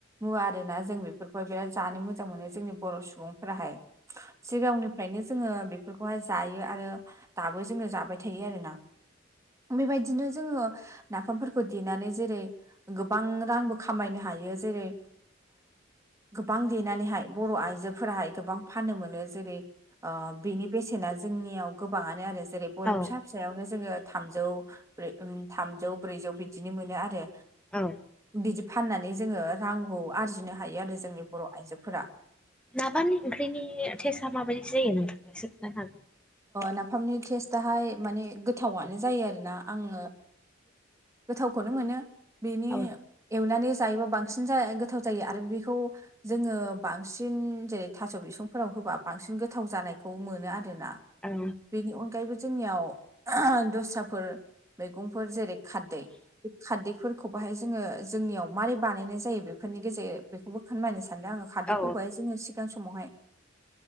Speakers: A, on the right (about 15°); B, in the centre.
A: मुवा आरोना जों बेफोरखौहाय बिराद जानो मोजां मोनो जोंनि बर' सुबुंफोराहाय सिगांनिफ्रायनो जोङो बेफोरखौहाय जायो आरो दाबो जोंनो जाबाय थायो आरोना बेबायदिनो जोङो नाफामफोरखौ देनानै जेरै गोबां रांबो खामायनो हायो जेरै गोबां देनानैहाय बर' आइजोफोराहाय गोबां फाननो मोनो जेरै बिनि बेसेना जोंनियाव गोबाङानो आरो जेरै बयेम
B: औ
A: फिसा फि फिसायावनो जोङो थामजौ थामजौ ब्रैजौ बिदिनो मोनो आरो
B: औ
A: बिदि फाननानै जोङो रांखौ आरजिनो हायो आरो जोंनि बर' आइजोफोरा
B: नाबामनि ओंख्रिनि टेस्आ माबायदि जायो नोंथांा एसे खोन्थानो हागोन
A: नाफामनि टेस्टाहाय माने गोथावनो जायो आरोोना आङो गोथावखौनो मोनो बिनि
B: हागोन
A: एवनानै जायोबा बांसिन <unintelligible> गोथाव जायो आरो बेखौ। जोङो बांसिन जेरै थास' बिसंफोराव होबा बांसिन गोथाव जानायखौ मोनो आरोना।
B: औ
A: बेनि अनगायैबो जोंनियाव दस्राफोर मैगंफोर जेरै खारदै खारदैफोरखौ बाहाय जोङो जोंनियाव मारै बानायनाय जायो बेफोरनि गेजेर बेखौबो फोरमायनो सानदों आङो। खारदैफोरखौहाय
B: औ
A: जोङो सिगां समावहाय